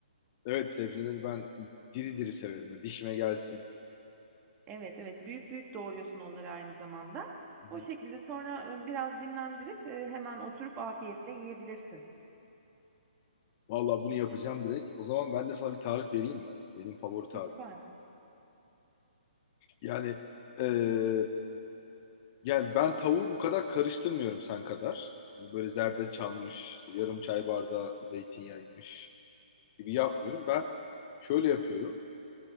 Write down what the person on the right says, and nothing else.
Evet, evet, büyük büyük doğruyorsun onları aynı zamanda.
O şekilde sonra, eee, biraz dinlendirip, eee, hemen oturup afiyetle yiyebilirsin.
Lütfen.